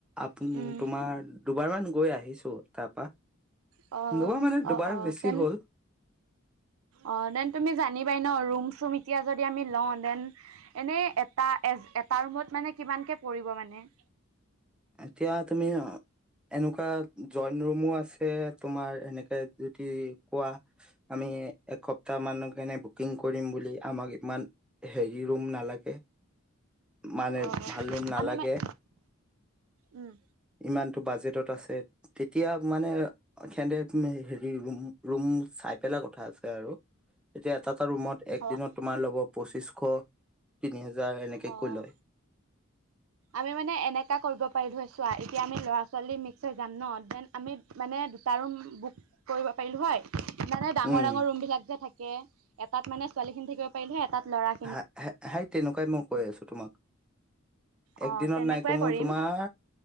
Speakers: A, in the centre; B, on the right (about 90°).
A: আপ
B: উম।
A: তোমাৰ দুবাৰমান গৈ আহিছোঁ তাত। পা,
B: অ',
A: দুবাৰ মানে
B: অ',
A: দুবাৰ
B: অ',
A: বেছি
B: তেন
A: হ'ল।
B: অ', দেন তুমি জানিবাই ন' ৰুম চুম এতিয়া যদি আমি লওঁ দেন এনেই এটা এজ এটা ৰুমত মানে কিমানকে পৰিব মানে?
A: এতিয়া তুমি অ' এনেকুৱা জইন ৰুমো আছে তোমাৰ এনেকে যদি কোৱা আমি এসপ্তাহ মানৰ কাৰণে বুকিং কৰিম বুলি আমাক ইমান হেৰি ৰুম নালাগে। মানে
B: অ'
A: ভাল ৰুম নালাগে
B: আমি মানে উম।
A: ইমানটো বাজেটত আছে। তেতিয়া মানে সিহঁতে হেৰি ৰুম ৰুম চাই পেলাই কথা আছে আৰু এতিয়া এটা এটা ৰুমত এক
B: অ',
A: দিনত তোমাৰ ল'ব পঁচিশ তিনি হাজাৰ এনেকে
B: অ',
A: কৈয় লয়।
B: আমি মানে এনেকা কৰিব পাৰিলোঁ হয় চোৱা। এতিয়া আমি ল'ৰা ছোৱালী মিক্স হৈ যাম ন দেন আমি মানে দুটা ৰুম বুক কৰিব পাৰিলোঁ হয়। মানে ডাঙৰ
A: উম
B: ডাঙৰ ৰুম বিলাক যে থাকে, এটাত মানে ছোৱালী খিনি থাকিব পাৰিলোঁ হয়, এটাত ল'ৰা
A: হে হে হেই তেনেকুৱাই মই কৈ আছোঁ তোমাক।
B: অ',
A: একদিনত
B: তেনেকুৱাই
A: নাই কমেও
B: কৰিম
A: তোমাৰ